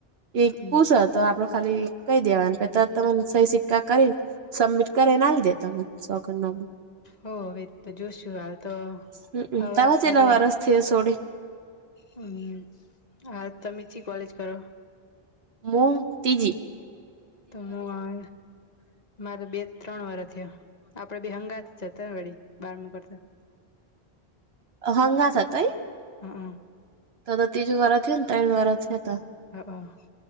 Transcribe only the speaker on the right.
એક પૂછો હતો આપડો ખાલી કઈ દેવાને પે તને સહી સિક્કા કરી. સબમિટ કરાવને આાલ દેતા મને <unintelligible> ના.
હમમ
તારા
<unintelligible>
મુું તીજી.
અ હંગા થતોય.
તો તો ત્રીજું વાળા થયા ને તા વાળા થયા હતા.